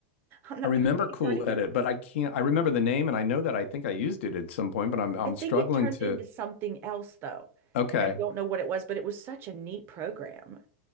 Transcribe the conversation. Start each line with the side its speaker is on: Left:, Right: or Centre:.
Right: not
Left: I remember
Right: going to pay
Left: Cool
Right: for it again.
Left: Edit, but I can't. I remember the name, and I know that I think I used it at some point, but I'm I'm
Right: I think
Left: struggling
Right: it turned
Left: to.
Right: into something else though.
Left: Okay.
Right: And I don't know what it was, but it was such a neat program.